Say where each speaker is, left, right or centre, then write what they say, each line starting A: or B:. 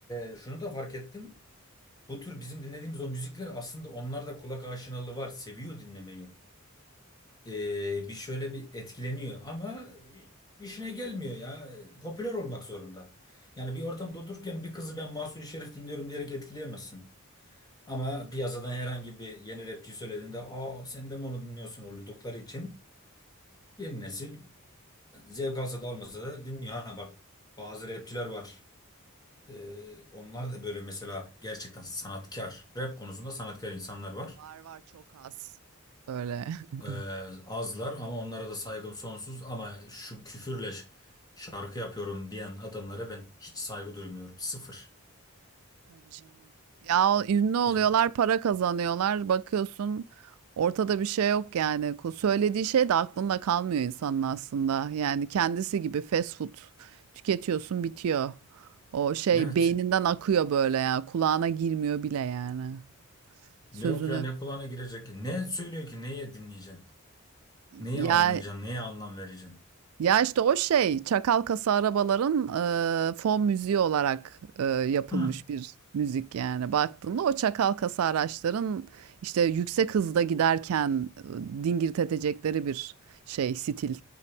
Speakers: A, on the left (about 15°); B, on the right (about 80°).
A: e, şunu da fark ettim. Bu tür bizim dinlediğimiz o müzikler aslında onlar da kulak aşinalığı var. Seviyor dinlemeyi. Ee, bir şöyle bir etkileniyor ama işine gelmiyor ya. Popüler olmak zorunda. Yani bir ortamda otururken bir kızı ben Mahsuni Şerif dinliyorum diyerek etkileyemezsin. Ama piyasadan herhangi bir yeni rapçi söylediğinde aa sen de mi onu dinliyorsun oldukları için yeni nesil zevk alsa da almasa da dinliyor. Ha bak bazı rapçiler var. Ee, onlar da böyle mesela gerçekten sanatkar, rap konusunda sanatkar insanlar var.
B: Var var çok az. Öyle. <laughs>
A: Ee, azlar ama onlara da saygım sonsuz ama şu küfürle ş- şarkı yapıyorum diyen adamlara ben hiç saygı duymuyorum. Sıfır.
B: Tabii canım. Ya ünlü oluyorlar,
A: Yani
B: para kazanıyorlar. Bakıyorsun ortada bir şey yok yani. Ku- Söylediği şey de aklında kalmıyor insanın aslında. Yani kendisi gibi fast food tüketiyorsun bitiyor. O şey
A: evet.
B: beyninden akıyor böyle ya. Kulağına girmiyor bile yani. Sözünü.
A: Yok ya ne kulağına girecek. Ne söylüyor ki neye dinleyeceksin? Neyi
B: Ya
A: anlayacaksın? Neye anlam vereceksin?
B: Ya işte o şey çakal kasa arabaların e, fon müziği olarak e, yapılmış
A: Hı.
B: bir müzik yani baktığında o çakal kasa araçların işte yüksek hızda giderken e, dingir edecekleri bir şey stil.